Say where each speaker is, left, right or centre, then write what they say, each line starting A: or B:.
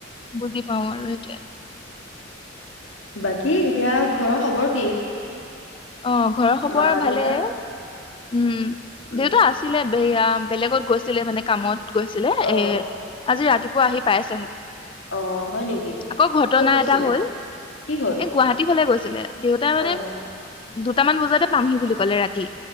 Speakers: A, on the left (about 25°); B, on the left (about 70°).
A: বুজি পাওঁ আৰু সেইটোৱেই।
B: বাট কি এতিয়া ঘৰৰ খবৰ কি?
A: অ ঘৰ খবৰ
B: মা
A: ভালেই
B: দেউতাৰ
A: উম
B: উম
A: দেউতা আছিলে বেয়া বেলেগত গৈছিলে মানে কামত গৈছিলে
B: অ
A: এ আজি ৰাতি আহি পাইছেহে
B: অ হয় নেকি
A: আকৌ ঘটনা
B: ক'ত গৈছিলে
A: এটা হল
B: কি হ'ল
A: এই গুৱাহাটী ফালে গৈছ <unintelligible> দেউতা মানে
B: অ
A: দুটামান বজাতে পামহি বুলি ক'লে ৰাতি